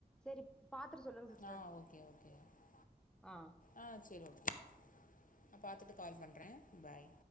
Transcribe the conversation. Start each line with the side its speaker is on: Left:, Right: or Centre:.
Centre: சரி பாத்துட்டு சொல்லுங்க சிஸ்டர்
Left: ஆ ஓகே ஓக்கே ஓக்கே
Centre: ஆ
Left: ஆ செரி ஓக்கே நா பாத்துட்டு கால் பண்றே பாய்